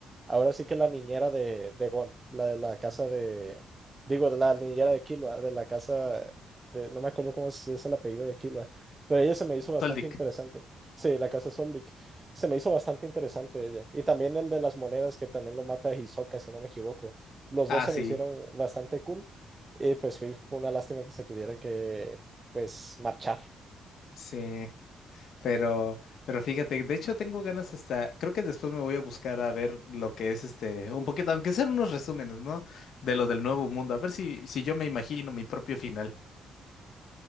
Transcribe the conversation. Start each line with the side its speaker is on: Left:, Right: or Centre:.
Right: ahora sí que la niñera de, de Gon, la de la casa de, digo, de la niñera de Killua, de la casa, de, no me acuerdo cómo es, es el apellido de Killua, pero ella se me hizo bastante
Left: Soldic.
Right: interesante. Sí, la casa Soldic, se me hizo bastante interesante ella. Y también el de las monedas, que también lo mata Hisoka, si no me equivoco. Los
Left: Ah,
Right: dos se
Left: sí,
Right: me hicieron bastante cool. Y pues fue una lástima que se tuvieran que, pues, marchar.
Left: sí. Pero, pero fíjate, de hecho tengo ganas hasta, creo que después me voy a buscar a ver lo que es este, un poquito, aunque sean unos resúmenes, ¿no? De lo del nuevo mundo, a ver si, si yo me imagino mi propio final.